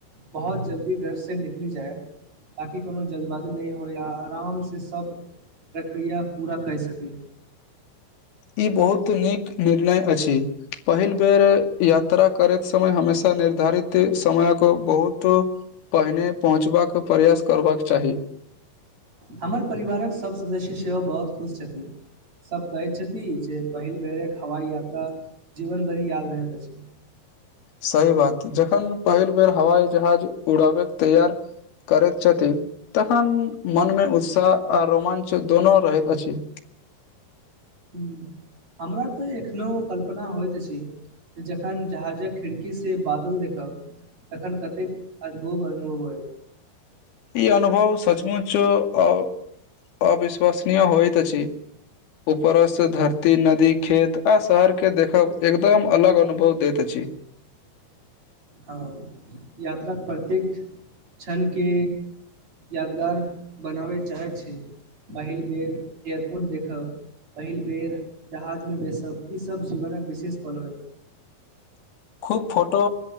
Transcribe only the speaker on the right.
बहुत जल्दी घर से निकलि जाय ताकि कोनो जल्दबाजू नहि होय आ आरामसँ सभ प्रक्रिया पूरा कय सकी
हमर परिवारक सभ सदस्य सेहो बहुत खुश छथिन सभ कहै छथि जे पहिल बेरक हवाई यात्रा जीवन बरी याद रहैत अछी
हुं हमरा तऽ एखनो कल्पना होइत अछि जखन जहाजक खिड़कीसे बादल देखब तखन कतेक अद्भुत अनुभव होयत
हँ यात्राक प्रत्येक क्षणके यादगार बनाबै चाहै छै पहिल बेर एयरपोर्ट देखब पहिल बेर जहाजमे बैसब ईसभ जीवनक विशेष पल होय